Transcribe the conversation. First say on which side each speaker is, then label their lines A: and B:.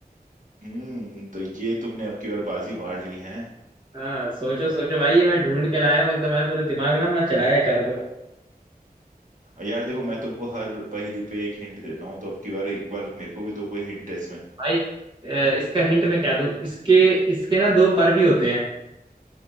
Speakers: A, on the right; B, on the right.
A: हम्म तो ये तुमने अब की बार बाजी मार ली है
B: हाँ सोचो सोचो भाई ये मैं ढूंढ के लाया हूँ एकदम मैंने पूरे दिमाग ना अपना चलाया है चारों तरफ
A: यार देखो मैं तुमको हर पहेली पे एक हिंट देता हूँ तो अब की बार एक बार मेरे को भी दो कोई हिंट है इसमें
B: भाई अ, इसका हिंट मैं क्या दूँ इसके इसके ना दो पर भी होते हैं